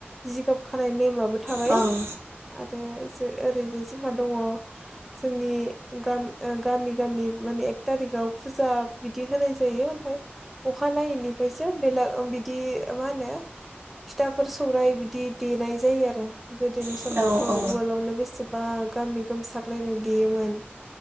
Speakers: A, in the centre; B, on the right.
A: जिगाब खानाय नेमाबो थाबाय
B: उम
A: आरो जे ओरैजाय जोंहा दङ जोंनि गाम ओ गामि माने एक थारिकाव फुजा बिदि होनाय जायो ओमफाय। अखानायैनिफायसो बेला ओ बिदि मा होनो। फिथाफोर सौराइ बिदि देनाय जायो आरो। गोदोनि
B: ओम
A: समावथ'
B: ओम
A: उवालावनो बेसेबा गामि गोमसार लायनाय देयोमोन।